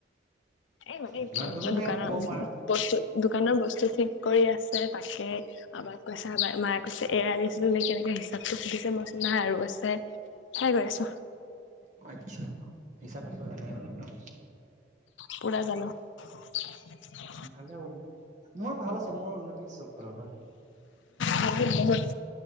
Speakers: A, on the left; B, on the right.
A: <unintelligible> এ
B: সিমান কণটো চাগে
A: দোকানৰ
B: মোক ক'ব
A: <unintelligible>
B: পাৰা
A: বস্তু দোকানৰ বস্তু ঠিক কৰি আছে তাকে আব্বাক কৈছে আব্বাই মাই। কৈছে এইয়া আনিছো নে কেনেকে হিচাপটো সুধিছে মই কৈচো নাই আৰু আছে সেয়াই কৈ আছো।
B: অ আচ্ছা হিচাপ ৰাখিব জানাই মানে ন।
A: পুৰা জানো। <unintelligible>
B: ভালে হ'ব দিয়া মোৰ ভাল আছে মোৰ উন্নতি আছে চব ফালৰ পা
A: বহুত বহুত